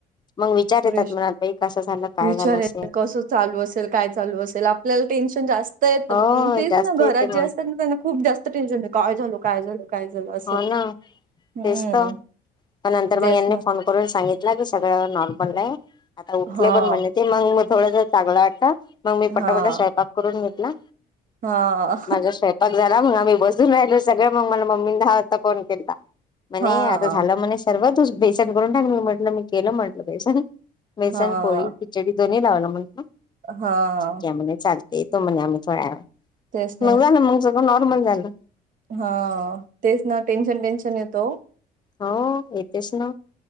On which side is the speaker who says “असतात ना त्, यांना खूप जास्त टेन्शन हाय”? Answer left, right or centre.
Right